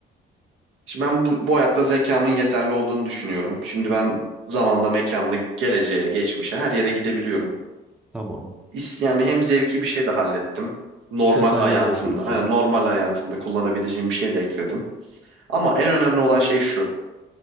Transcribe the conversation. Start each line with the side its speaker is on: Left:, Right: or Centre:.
Right: Şimdi ben bu, bu hayatta zekamın yeterli olduğunu düşünüyorum. Şimdi ben zamanda, mekanda, geleceğe, geçmişe her yere gidebiliyorum.
Centre: Tamam.
Right: İs- Yani hem zevki bir şey de hallettim. Normal
Centre: Ses
Right: hayatımda,
Centre: ayarı da yapıyorsun.
Right: hani normal hayatımda kullanabileceğim bir şey de ekledim. Ama en önemli olan şey şu.